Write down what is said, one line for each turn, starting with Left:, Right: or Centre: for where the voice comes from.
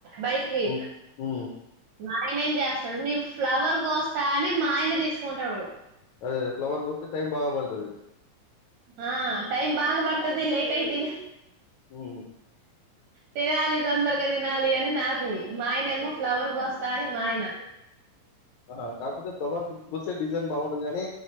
Right: బయటకి
Left: హ్మ్. హ్మ్.
Right: ఆయన ఏం చేస్తాడు నీ ఫ్లవర్ కోస్తా అని మా ఆయన తీసుకుంటాడు
Left: అదే అదే ఫ్లవర్ గ వస్తే టైమ్ బాగా పడతాది
Right: ఆ టైమ్ బాగా పడతాది లేట్ అయిది
Left: హ్మ్.
Right: తినాలి తొందరగా తినాలి అని నాకు మా ఆయనే ఏమో ఫ్లవర్కి వస్తా అని మా ఆయన
Left: <inaudible> ఆ కాకపోతే ఫ్లవర్ కొస్తే డిజైన్ బాగుంటది కాగానీ